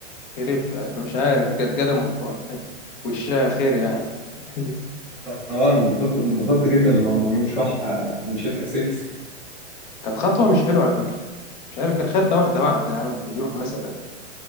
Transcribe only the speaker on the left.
هرب أنا مش عارف كانت قدمه وشها خير يعني <laughs>
كانت خطوة مش حلوة على فكرة مش عارف كان خدها واحدة واحدة يا عم يروح مثلا